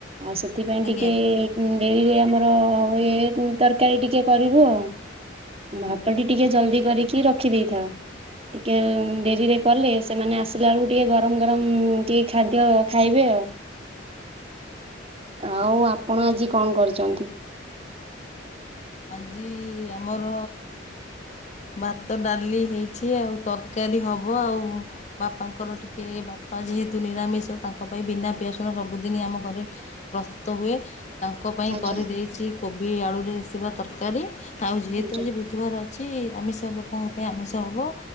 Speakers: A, on the right; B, on the left.
A: ଆଉ ସେଥିପାଇଁ
B: ଆଜ୍ଞା।
A: ଟିକେ ଡେରିରେ ଆମର ଇଏ ତରକାରୀ ଟିକେ କରିବୁ ଆଉ। ଭାତଟି ଟିକେ ଜଲ୍ଦି କରିକି ରଖିଦେଇଥାଉ। ଟିକେ ଡେରିରେ କଲେ ସେମାନେ ଆସିଲା ବେଳକୁ ଟିକେ ଗରମ ଗରମ ଟିକେ ଖାଦ୍ୟ ଖାଇବେ ଆଉ। ଆଉ ଆପଣ ଆଜି କଣ କରିଛନ୍ତି।
B: ଆଜି ଆମର ଭାତ ଡାଲି ହେଇଛି ଆଉ ତରକାରୀ ହବ ଆଉ। ବାପାଙ୍କର ଟିକେ ବାପା ଯେହେତୁ ନିରାମିଷ ତାଙ୍କ ପାଇଁ ବିନା ପିଆସନ ସବୁଦିନ ଆମ ଘରେ ପ୍ରସ୍ତୁତ ହୁଏ ତାଙ୍କ ପାଇଁ
A: ଆଜ୍ଞା।
B: କରିଦେଇଛି କୋବି ଆଳୁରେ ଥିବା ତରକାରୀ ଆଉ ଯେହେତୁ
A: ଆଜ୍ଞା
B: ଆଜି ବୁଧବାର ଅଛି ଆମିଷ ଲୋକଙ୍କ ପାଇଁ ଆମିଷ ହବ।